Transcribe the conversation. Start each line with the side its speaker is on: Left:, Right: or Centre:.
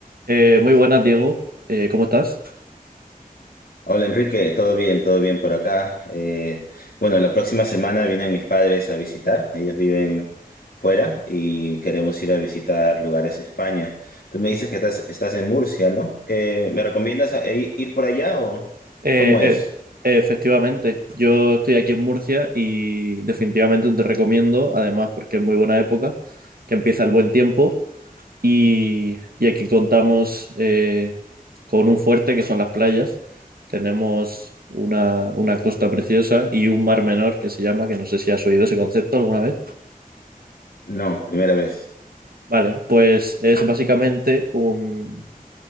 Right: Eh, muy buenas, Diego. Eh, ¿cómo estás?
Left: Hola Enrique, todo bien, todo bien por acá. Eh, bueno, la próxima semana vienen mis padres a visitar, ellos viven fuera y queremos ir a visitar lugares en España. Tú me dices que estás, estás en Murcia, ¿no? ¿Que me recomiendas eh, ir por allá o
Right: Eh,
Left: cómo es?
Right: eh, efectivamente, yo estoy aquí en Murcia y definitivamente te recomiendo, además porque es muy buena época, que empieza el buen tiempo y, y aquí contamos eh, con un fuerte que son las playas. Tenemos una, una costa preciosa y un mar menor que se llama, que no sé si has oído ese concepto alguna vez.
Left: No, primera vez.
Right: Vale, pues es básicamente un,